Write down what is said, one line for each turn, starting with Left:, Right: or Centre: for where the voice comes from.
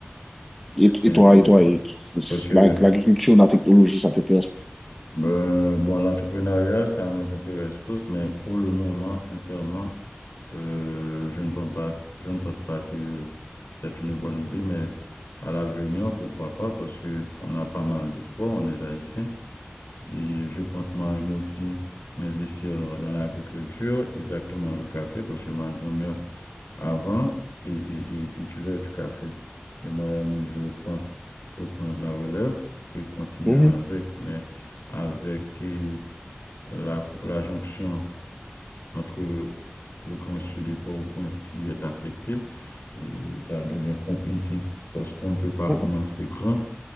Centre: Et,
Left: C'est
Centre: et
Left: intéressant.
Centre: toi, et toi, et c'est-
Left: Parce que,
Centre: la- l'agriculture, la technologie, ça t'intéresse?
Left: euh, bon, l'entrepreneuriat, ça nous intéresse tous, mais pour le moment, sincèrement, euh, je ne pense pas, je ne pense pas que c'est une bonne idée, mais à l'avenir, pourquoi pas, parce que on a pas mal d'espoir, on est haïtien. Et je pense moi-même aussi m'investir dans l'agriculture, exactement le café, parce que ma grand-mère avant et, et, et cultivait du café. Et moi-même, je pense reprendre la relève et continuer
Centre: Mhm,
Left: avec, mais avec eh, la, la jonction entre le Grand Sud et Port-au-Prince qui est affecté, et ça devient compliqué parce qu'on ne peut pas
Centre: mhm,
Left: commencer grand.